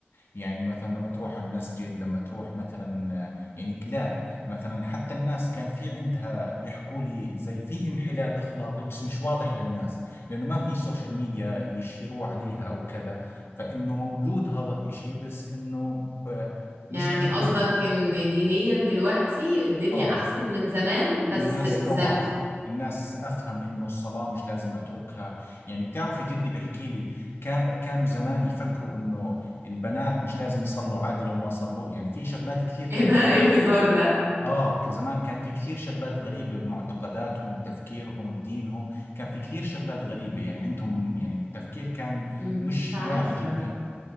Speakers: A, on the left; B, on the right.
A: يعني مثلا لما تروح على المسجد لما تروح مثلا آه، يعني قلال مثلا حتى الناس كان في عندها يحكوا لي زي في انحلال أخلاقي بس مش واضح للناس لأنه ما في سوشيال ميديا يشيروا عليها أو كذا فإنه موجود هذا الإشي بس إنه ب- مش
B: يعني
A: مشهور
B: قصدك ان دينيا دلوقتي الدنيا
A: آه
B: احسن من زمان بس
A: الناس أوعى
B: زم
A: الناس أفهم إنه الصلاة مش لازم أتركها يعني بتعرفي جدي بحكي لي كا- كانوا زمان يفكروا إنه البنات مش لازم يصلوا عادي لو ما صلوا يعني في شغلات
B: <laughs>
A: كثير كانت
B: ايه ده
A: <clears throat>
B: إيه الهزار ده
A: آه ك- زمان كان في كثير شغلات غريبة بمعتقداتهم بتفكيرهم بدينهم كان في كثير شغلات غريبة يعني عندهم يعني التفكير كان
B: مش
A: مش
B: عارفة
A: واعي جدا